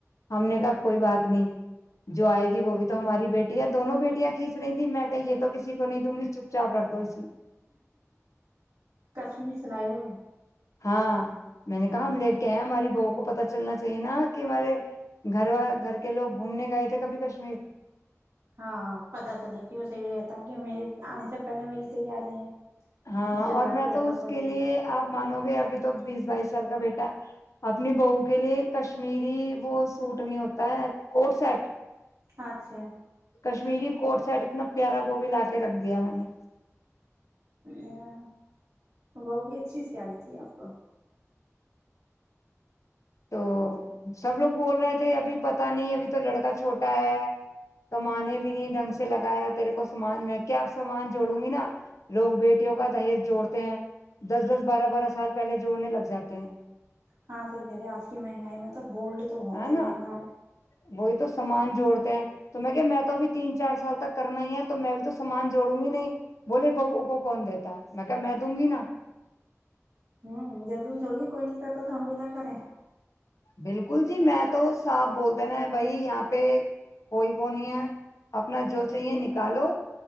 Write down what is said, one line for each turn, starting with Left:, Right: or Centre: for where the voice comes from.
Left: ہم نے کہا کوئی بات نہیں جو آئے گی وہ بھی تو ہماری بیٹی ہے دونوں بیٹیاں کھینچ رہی تیں میں کہ یہ تو کسی کو نہیں دوں گی چپ چاپ رکھ دو اس میں
Right: کشمیر سے لائے ہو گئے
Left: ہاں میں نے کہا ہم لٹ کے آئے ہیں ہماری بو کو پت چلنا چاہیے نا کہ ہمارے گھر وال گھر کے لوگ گھومنے گئے تھے کبھی کشمیر
Right: ہاں پتہ چلے کہ اسے بھی رہتا کہ میرے آنے سے پہلے میری تیاری ہے
Left: ہاں
Right: مجھے
Left: اور
Right: لا
Left: میں
Right: رکھا
Left: تو اس
Right: کوئی
Left: کے
Right: چیز
Left: لیے آپ مانو گے ابھی تو بیس بائیس سال کا بیٹا ہے اپنی بہو کے لیے کشمیری وہ سوٹ نہیں ہوتا ہے کوٹ سیٹ
Right: اچھا
Left: کشمیری کوٹ سیٹ اتنا پیارا وہ بھی لا کے رکھ دیا میں نے
Right: یا وہ بھی اچھی سی آنی چاہیے آپ کو
Left: تو سب لوگ بول رہے تھے ابھی پت نہیں ابھی تو لڑکا چھوٹا ہے کمانے بھی نہیں ڈھنگ سے لگایا تیرے کو سامان میں کیا اب سامان جوڑوں گی نا لوگ بیٹیوں کا دہیز جوڑتے ہیں دس دس بارہ بارہ سال پہلے جوڑنے لگ جاتے ہیں
Right: ہاں صحی کہہ رہے ہیں آج کی مہنگائی میں تو گولڈ تو بہت
Left: ہے
Right: ہی
Left: نا
Right: مہنگا ہے
Left: وہی تو سامان جوڑتے ہیں تو میں کہ میں تو ابھی تین چار سال تک کرنا ہی ہے تو میں بھی تو سامان جوڑوں گی نہیں بولے ببو کو کون دیتا ہے میں کہ میں دوں گی نا
Right: ہوں جٹل تھوڑی کوئی نہیں کرتا تو ہم بھی نہ کریں
Left: بالکل جی میں تو صاف بولتے نا بھائی یہاں پہ کوئی وہ نہیں ہے اپنا جو چاہیے نکالو